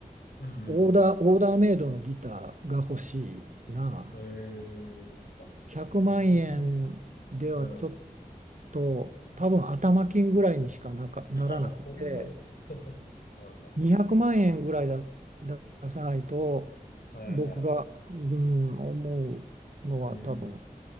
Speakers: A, on the left; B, on the right.
A: うん、うん
B: オーダー、オーダーメイドのギターが欲しいな。
A: うん。ええーあ、
B: 100万円ではちょっ
A: そうだね。うん。
B: と多分頭金ぐらいにしかなか、ならなくて
A: あ、そんなに <laughs> は
B: 200万円ぐらいだ、出さないと僕が、
A: いはい。ええ
B: うん、思うのは多分
A: うん、